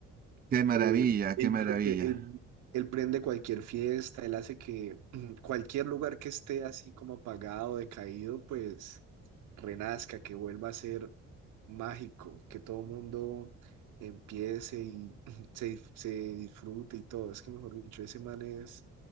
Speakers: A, on the right (about 30°); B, on the right (about 85°).
A: Qué maravilla,
B: eh, él,
A: qué maravilla.
B: rep- él- él prende cualquier fiesta, él hace que <clears throat> mm, cualquier lugar que esté así como apagado, decaído, pues renazca, que vuelva a ser mágico, que todo mundo empiece y <clears throat> se, dif- se disfrute y todo. Es que mejor dicho, ese man es,